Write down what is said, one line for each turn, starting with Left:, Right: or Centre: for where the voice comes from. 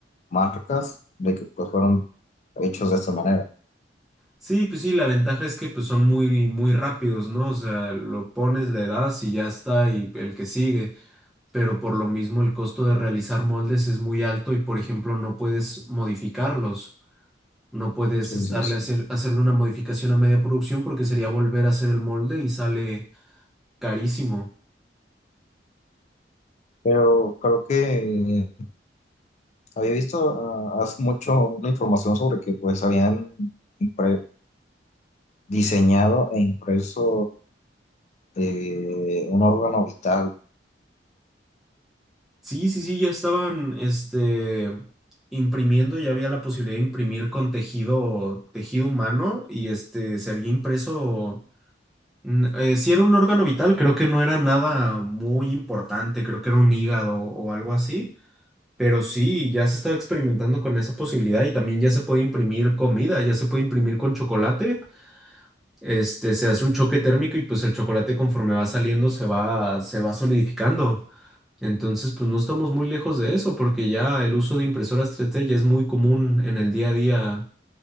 Left: marcas de que pues, fueron hechos de esta manera.
Centre: Sí, pues sí, la ventaja es que pues son muy, muy rápidos, ¿no? O sea, lo pones, le das y ya está, y el que sigue. Pero por lo mismo el costo de realizar moldes es muy alto y por ejemplo no puedes modificarlos. No puedes
Left: Sí,
Centre: estarle
Left: sí, sí.
Centre: hacer, hacerle una modificación a media producción porque sería volver a hacer el molde y sale carísimo.
Left: Pero creo que Había visto ah, hace mucho una información sobre que pues habían impre- diseñado e impreso eh, un órgano vital.
Centre: Sí, sí, sí, ya estaban, este, imprimiendo, ya había la posibilidad de imprimir con tejido, tejido humano y este, se había impreso, mm, eh, si era un órgano vital, creo que no era nada muy importante, creo que era un hígado o algo así, pero sí, ya se estaba experimentando con esa posibilidad y también ya se puede imprimir comida, ya se puede imprimir con chocolate este, se hace un choque térmico y pues el chocolate conforme va saliendo se va, se va solidificando. Entonces, pues no estamos muy lejos de eso, porque ya el uso de impresoras 3D ya es muy común en el día a día,